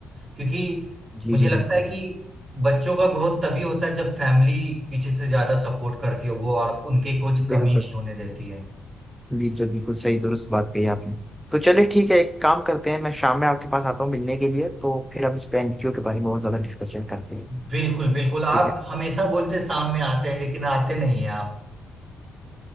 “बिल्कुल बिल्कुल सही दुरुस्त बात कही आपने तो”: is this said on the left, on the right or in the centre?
Centre